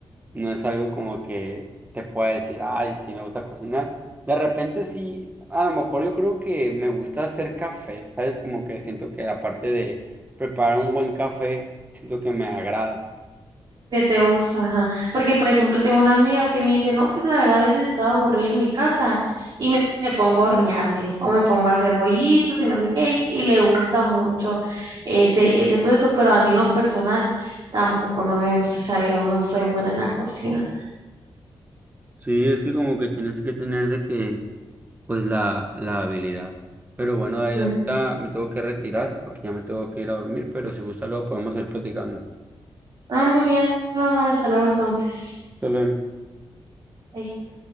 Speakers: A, on the right; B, on the right.
A: no es algo como que te pueda decir, ay, sí, me gusta cocinar. De repente sí, a lo mejor yo creo que me gusta hacer café, ¿sabes? Como que siento que la parte de preparar un buen café, siento que me agrada.
B: que te gusta, ajá. Porque, por ejemplo, tengo una amiga que me dice, no, pues la verdad a veces estoy aburrida en mi casa y me, me pongo a hornear, me dice, o me pongo a hacer bollitos y no sé qué, y le gusta mucho ese, ese proceso, pero a mí en lo personal tampoco no me gusta, o sea, yo no soy buena en la cocina.
A: Sí, es que como que tienes que tener de que pues la, la habilidad. Pero bueno, David,
B: Ujú.
A: ahorita me tengo que retirar porque ya me tengo que ir a dormir, pero si gusta luego podemos ir platicando.
B: Ah, muy bien, Omar, hasta luego entonces.
A: Shalom.
B: Bye.